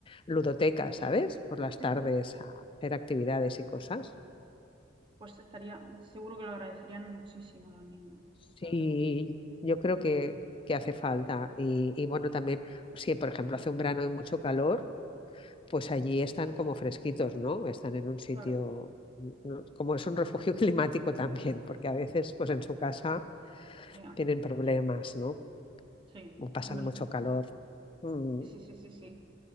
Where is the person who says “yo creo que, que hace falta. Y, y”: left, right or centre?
Left